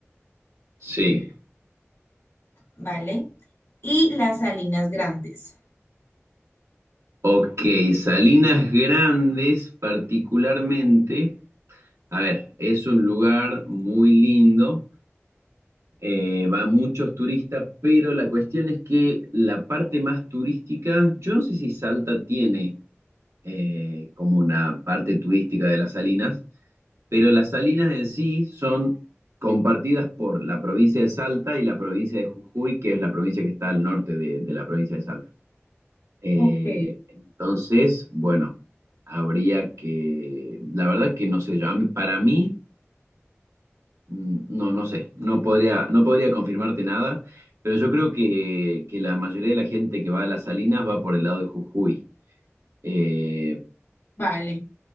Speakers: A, on the right; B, on the left.
A: sí.
B: ¿vale? Y las salinas grandes.
A: Ok, Salinas Grandes particularmente. A ver, es un lugar muy lindo, eh, va muchos turistas, pero la cuestión es que la parte más turística, yo no sé si Salta tiene eh, como una parte turística de las salinas, pero las salinas en sí son compartidas por la provincia de Salta y la provincia de Jujuy, que es la provincia que está al norte de, de la provincia de Salta. Eh,
B: Ok,
A: entonces, bueno, habría que, la verdad que no sé yo, a mí- para mí... Mm, No, no sé, no podría, no podría confirmarte nada, pero yo creo que, que la mayoría de la gente que va a las Salinas va por el lado de Jujuy. Eh,
B: vale.